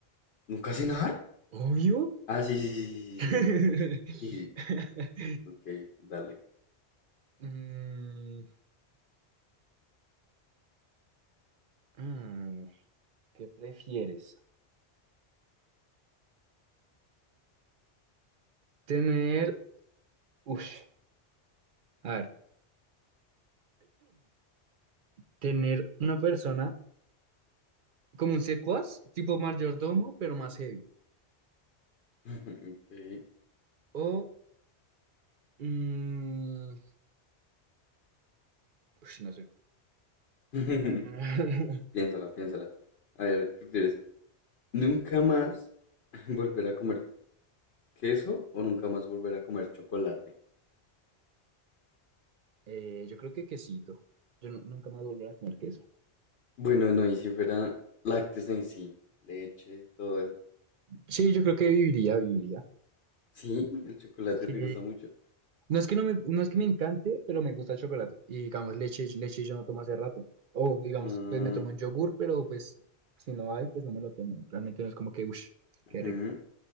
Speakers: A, on the left; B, on the right.
A: ¿Nunca cenar?
B: Obvio.
A: Ah, sí, sí, sí, sí,
B: <laughs>
A: sí, nunca cenar. Sí, sí, sí. Ok, dale.
B: Mm, ah, ¿qué prefieres? Tener, uff, a ver, tener una persona como un secuaz, tipo mayordomo, pero más heavy.
A: <laughs> Ok.
B: O, mm, ush, no sé.
A: <laughs>
B: <laughs>
A: Piénsala, piénsala. A ver, ¿prefieres Nunca más <laughs> volver a comer queso o nunca más volver a comer chocolate.
B: Eh, yo creo que quesito. Yo nu- nunca más volveré a comer queso.
A: Bueno, no, y si fuera lácteos en sí, leche, todo eso.
B: Sí, yo creo que viviría, viviría.
A: Sí, el chocolate
B: Sí,
A: te gusta mucho.
B: No es que no me, no es que me encante, pero me gusta el chocolate. Y digamos, leche, leche yo no tomo hace rato. O digamos,
A: Mm,
B: pues me tomo un yogur, pero pues si no hay, pues no me lo tomo. Realmente no es como que, uff, qué
A: ujú,
B: rico.